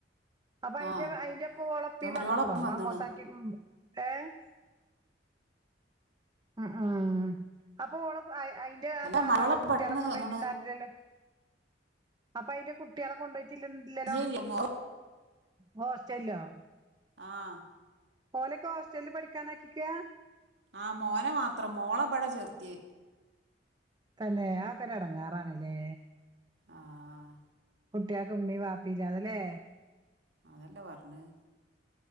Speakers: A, on the right; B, on the right.
A: അപ്പയ്ന്റെ
B: ആ
A: അയിന്റെപ്പ ഒളപ്പീ
B: ഇപ്പൊ മരോളൊപ്പം
A: വന്നക്കുണോ
B: വന്നിണ്
A: മാമോസാക്കി. പിം ഏഹ്. അ ആഹ് അപ്പൊ ഓള അയ് അയ് ന്റെ ആ
B: അല്ല
A: താത്താന്റെ
B: മരോളൊപ്പം
A: കുട്ട്യളെ
B: പെട്ടെന്ന്
A: കൊണ്ടയ്റ്റ്ണ്ടായിര്ന്നില്ലല്ലേ.
B: വന്നിണ്
A: അപ്പയ്ന്റെ കുട്ട്യേളെ കൊണ്ടയ്റ്റില്ല ഇല്ലലോ.
B: ഇല്ല ഇല്ല മോ
A: ഹോസ്റ്റൽലോ?
B: ആഹ്.
A: ഓലെക്കോസ്റ്റൽല് പഠിക്കാനാക്കിയക്ക.
B: ആഹ് മോനെ മാത്രം മോളബട ചേർത്ത്യെ
A: തന്നെ അ ഒക്കെരെട്ങ്ങേറാണ് ലേ.
B: ആഹ്.
A: കുട്ട്യാക്ക് മ്മിം വാപ്പില്ലാത ലേ.
B: അതല്ല പർഞ്ഞഹ്.